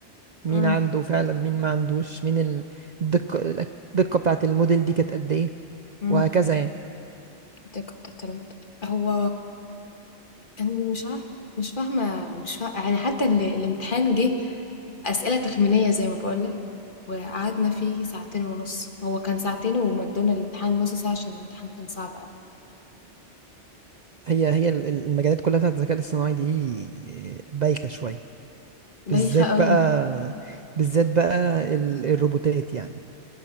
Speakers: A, on the right (about 50°); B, on the left (about 45°).
A: مين
B: امم
A: عنده فعلا مين ما عندوش مين ال- الدقة الدقة بتاعة الموديل دي كانت قد إيه
B: امم
A: وهكذا يعني
B: كنت بتربط هو انا مش عارف مش فاهمه مش فاهمه يعني حتى ال- الامتحان جه اسئله تخمينيه زي ما بقولك وقعدنا فيه ساعتين ونص هو كان ساعتين ومدونا الامتحان نص ساعه عشان الامتحان كان صعب قوي
A: هي هي ال- ال- المجالات كلها بتاعت الذكاء الاصطناعي دي آه، بايخة شوية بالذات
B: بايخه قوي
A: بقى بالذات بقى ال- الروبوتات يعني